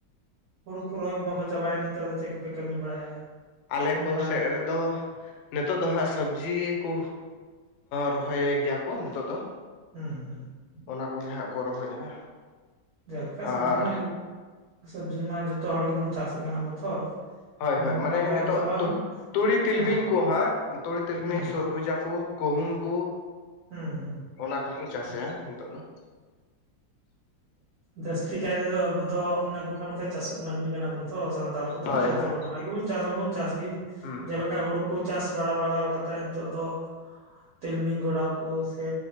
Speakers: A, on the right (about 65°); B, on the left (about 85°).
A: ᱦᱩᱲᱩ ᱠᱚ ᱨᱚᱦᱚᱭ ᱠᱚ ᱵᱟᱝᱠᱚ ᱪᱟᱵᱟᱭᱟ ᱱᱮᱛᱟᱨ ᱫᱚ ᱪᱮᱫ ᱠᱚᱯᱮ ᱠᱟᱹᱢᱤ ᱵᱟᱲᱟᱭᱟ?
B: ᱟᱞᱮ
A: ᱠᱟᱹᱢᱤ
B: ᱠᱚ
A: ᱵᱟᱲᱟᱭᱮᱫᱼᱟ
B: ᱥᱮᱫ ᱨᱮᱫᱚᱼᱼ ᱱᱤᱛᱚᱜ ᱫᱚ ᱦᱟᱸᱜ ᱥᱚᱵᱽᱡᱤ ᱠᱚ ᱨᱚᱦᱚᱭ ᱜᱮᱭᱟ ᱠᱚ ᱱᱤᱛᱚᱜ ᱫᱚ᱾
A: ᱦᱩᱸ ᱦᱩᱸ᱾
B: ᱚᱱᱟ ᱠᱚᱜᱮ ᱦᱟᱸᱜ ᱠᱚ ᱨᱚᱦᱚᱭᱟ᱾
A: ᱡᱮᱞᱮᱠᱟ
B: ᱟᱨ
A: ᱥᱚᱵᱽᱡᱤ ᱢᱟ ᱡᱚ ᱥᱚᱵᱽᱡᱤ ᱢᱟ ᱡᱚᱛᱚ ᱦᱚᱲ ᱜᱮᱵᱚᱱ ᱪᱟᱥᱮᱫ ᱠᱟᱱᱟ ᱵᱚᱛᱷᱚᱨ᱾
B: ᱦᱳᱭ
A: ᱚᱱᱟ
B: ᱦᱳᱭ
A: ᱠᱚ
B: ᱢᱟᱱᱮ
A: ᱢᱮᱱ ᱠᱷᱟᱱ
B: ᱱᱤᱛᱚᱜ
A: ᱢᱟ
B: ᱛᱩᱲᱤ ᱛᱤᱞᱢᱤᱧ
A: ᱦᱮᱸ
B: ᱠᱚ ᱦᱟᱸᱜ ᱛᱩᱲᱤ ᱛᱤᱞᱢᱤᱧ
A: ᱦᱩᱸ
B: ᱥᱩᱨᱜᱩ ᱡᱟ ᱠᱩ ᱜᱩᱦᱩᱢ ᱠᱩ᱾
A: ᱦᱩᱸ ᱦᱩᱸ᱾
B: ᱚᱱᱟ ᱠᱚᱠᱚ ᱪᱟᱥᱮᱜᱼᱟ ᱱᱤᱛᱚᱜ ᱫᱚ᱾
A: ᱡᱟᱹᱥᱛᱤ ᱠᱟᱭ ᱛᱮᱫᱚ ᱟᱵᱚ ᱫᱚ ᱚᱱᱮ ᱠᱚ ᱢᱮᱱ ᱪᱟᱥᱚᱜ ᱢᱟᱹᱱᱢᱤ ᱠᱟᱱᱟ ᱵᱚᱱ ᱛᱚ ᱥᱟᱱᱛᱟᱞ ᱠᱚᱫᱚ
B: ᱦᱳᱭ
A: ᱡᱚᱛᱚ
B: ᱦᱳᱭ
A: ᱞᱮᱠᱟᱱᱟᱜ ᱜᱮᱵᱚᱱ ᱪᱟᱥ ᱦᱚᱸᱵᱚᱱ ᱪᱟᱥ ᱜᱮ,
B: ᱦᱩᱸ
A: ᱡᱮᱞᱮᱠᱟ ᱦᱳᱲᱳ ᱠᱚ ᱪᱟᱥ ᱵᱟᱲᱟ ᱵᱟᱲᱟᱟᱣ ᱠᱟᱛᱮᱫ ᱱᱤᱛᱚᱜ ᱫᱚ ᱛᱤᱞᱢᱤᱧ ᱜᱚᱰᱟ ᱠᱚ ᱥᱮ